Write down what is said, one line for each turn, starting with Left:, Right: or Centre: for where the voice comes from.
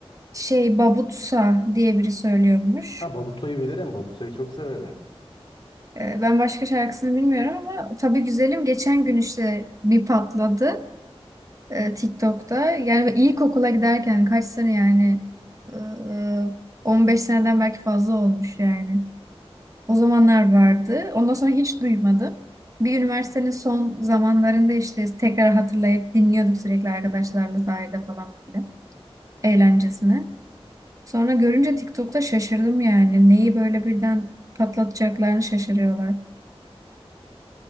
Right: şey Babutsa diye biri söylüyormuş.
Left: Ha Babusay'ı bilirim. Babusay'ı çok severim.
Right: Ee, ben başka şarkısını bilmiyorum ama tabii güzelim geçen gün işte bir patladı e, TikTok'ta. Yani ilkokula giderken kaç sene yani Ee, 15 seneden belki fazla olmuş yani. O zamanlar vardı. Ondan sonra hiç duymadım. Bir üniversitenin son zamanlarında işte tekrar hatırlayıp dinliyorduk sürekli arkadaşlarla sahilde falan eğlencesine. Sonra görünce TikTok'ta şaşırdım yani. Neyi böyle birden patlatacaklarını şaşırıyorlar.